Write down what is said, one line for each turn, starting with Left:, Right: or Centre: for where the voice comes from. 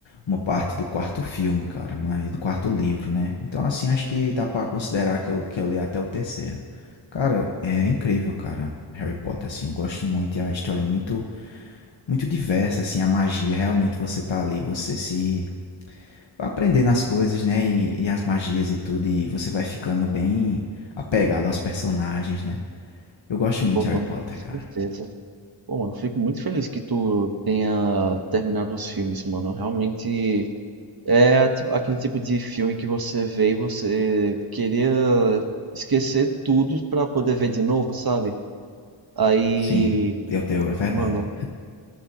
Left: uma parte do quarto filme, cara. Mas do quarto livro, né? Então, assim, acho que dá pra considerar que eu, que eu li até o terceiro. Cara, é incrível, cara. Harry Potter, assim, eu gosto muito e a história é muito, muito diversa, assim, a magia, realmente você tá ali, você se aprendendo as coisas, né? E, e as magias e tudo. E você vai ficando bem apegado aos personagens, né? Eu gosto muito
Right: Pô,
Left: de
Right: mano,
Left: Harry Potter,
Right: com certeza.
Left: cara.
Right: Pô, mano, fico muito feliz que tu tenha terminado os filmes, mano. Realmente é a ti- aquele tipo de filme que você vê e você queria esquecer tudo pra poder ver de novo, sabe? Aí,
Left: Sim, eu tenho, é verdade.
Right: mano.